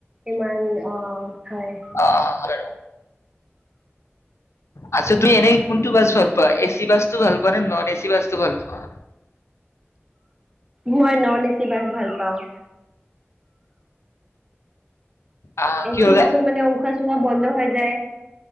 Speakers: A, on the right (about 15°); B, on the left (about 85°).
A: ইমান, অ'। হয়
B: অহ হ আতচা তুমি এনে কোনটো বাছ ভাল পোৱা এচি বাছতটো ভাল পোৱা নে নন এচি বাছটো ভাল পোৱা?
A: মই নন এ চি বাছ ভাল পাওঁ।
B: আহ,
A: এচি
B: কি হ'ল গাই
A: বাছত মানে উশাহ চোশাহ‌ বন্ধ হৈ যায়।